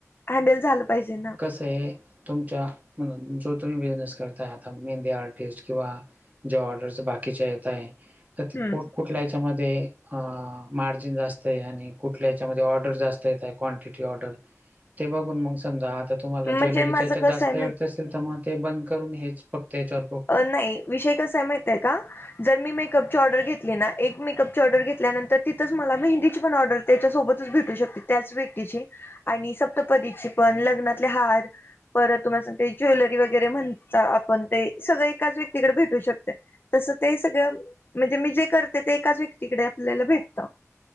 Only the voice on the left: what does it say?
हँडल झालं पाहिजे ना.
हम्म
म्हणजे
माझं
कसं
आहे
माहित
अ नाही विषय कसा आहे माहितीये आहे का? जर मी मेकअपची ऑर्डर घेतली ना, एक मेकअपची ऑर्डर घेतल्यानंतर तिथंच मला मेंहदीची पण ऑर्डर त्याच्यासोबतच भेटू शकते. त्याच व्यक्तीची आणि सप्तपदीची पण लग्नातले हार, परत तुम्हाला सांगते ज्वेलरी वगैरे म्हणता आपण ते सगळं एकाच व्यक्तीकडे भेटू शकते. तसं ते सगळं म्हणजे मी जे करते ते एकाच व्यक्ती तिकडे आपल्याला भेटतं.